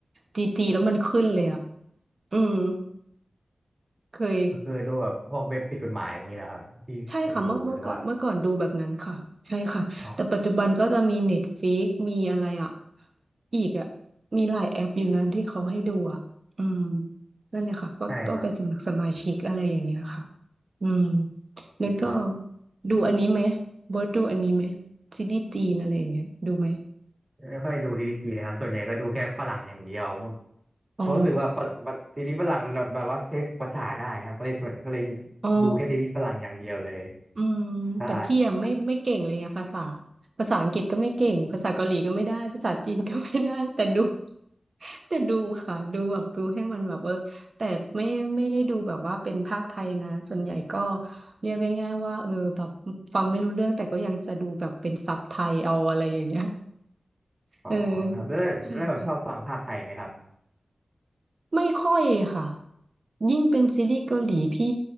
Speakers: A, on the right; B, on the right.
A: จีจีแล้วมันขึ้นเลยอะอืมเคย
B: ก็คือดูแบบพวกเว็บผิดกฎหมายอย่างนี้เหรอครับที่ดูหรือว่า
A: ใช่ค่ะเมื่อเมื่อก่อนเมื่อก่อนดูแบบนั้นค่ะใช่ค่ะแต่ปัจจุบันก็จะมีเน็ตฟิกมีอะไรอ่ะ
B: อ๋อ
A: อีกอ่ะมีหลายแอปอยู่นั้นที่เขาให้ดูอ่ะอืมนั่นเลยค่ะก็ต้องไปสมัครสมาชิกอะไรอย่างเงี้ยค่ะ
B: ใช่ครับ
A: อืมแล้วก็
B: ครับ
A: ดูอันนี้ไหมบอสดูอันนี้ไหมซีรีส์จีนอะไรอย่างเงี้ยดูไหม
B: ไม่ค่อยดูทีวีจีนนะครับส่วนใหญ่ก็ดูแค่ฝรั่งอย่างเดียว
A: อ๋อ
B: เพราะรู้สึกว่าฝรั่งทีวีฝรั่งมันแบบว่าใช้ฝึกภาษาได้ครับก็เลยส่วนก็เลย
A: อ๋อ
B: ดูแค่ทีวีฝรั่งอย่างเดียวเลย
A: อืมแต่พี่อะไม่ไม่เก่งเลยอะภาษา
B: ใช่
A: ภาษาอังกฤษก็ไม่เก่งภาษาเกาหลีก็ไม่ได้ภาษาจีนก็ไม่ได้แต่ดู <laughs> แต่ดูค่ะดูแบบดูให้มันแบบเออแต่ไม่ไม่ได้ดูแบบว่าเป็นภาคไทยนะส่วนใหญ่ก็เรียกง่ายๆว่าเออแบบฟังไม่รู้เรื่องแต่ก็ยังจะดูแบบเป็นซับไทยเอาอะไรอย่างเงี้ย
B: อ๋อครับแล้วแล้วแบบชอบฟังภาคไทยไหมครับ
A: เออใช่ค่ะไม่ค่อยค่ะยิ่งเป็นซีรีส์เกาหลีพี่